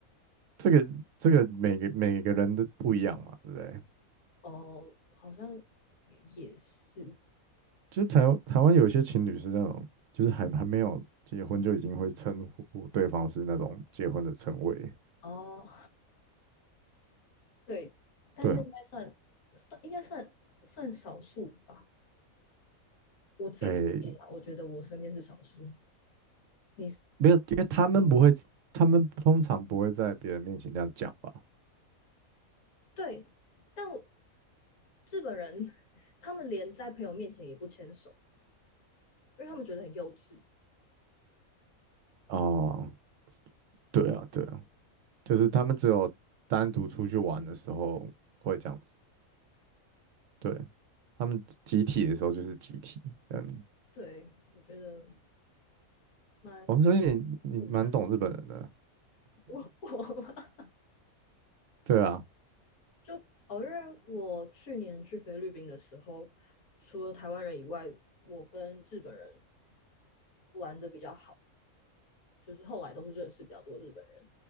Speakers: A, on the right; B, on the left.
A: 这个这个每个每个人的不一样嘛，对不对？
B: 哦，好像也是
A: 就是台湾台湾有些情侣是那种，就是还还没有结婚就已经会称呼对方是那种结婚的称谓。
B: 哦，对，但那应该算算应该算算少数吧。
A: 对啊，
B: 我自己身边啦，
A: 诶，
B: 我觉得我身边是少数。你
A: 没有，因为他们不会，他们通常不会在别人面前这样讲吧？
B: 对，但我日本人他们连在朋友面前也不牵手，因为他们觉得很幼稚。
A: 哦，对啊，对啊，就是他们只有单独出去玩的时候会这样子，对，他们集体的时候就是集体，嗯，
B: 对，我觉得蛮
A: 哦，所以你你蛮懂日本人的，
B: 不 <laughs> 我我嘛，
A: 对啊。
B: 就哦，因为我去年去菲律宾的时候，除了台湾人以外，我跟日本人玩的比较好，就是后来都是认识比较多日本人。